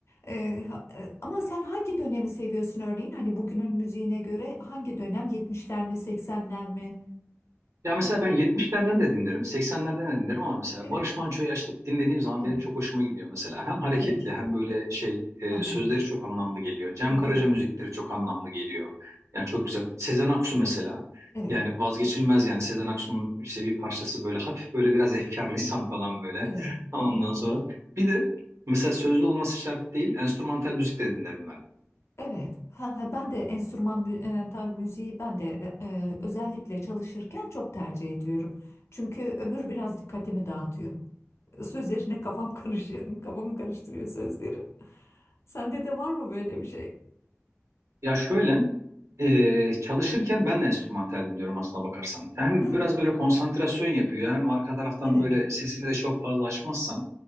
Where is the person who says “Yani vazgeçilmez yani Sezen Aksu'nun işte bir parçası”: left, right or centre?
Right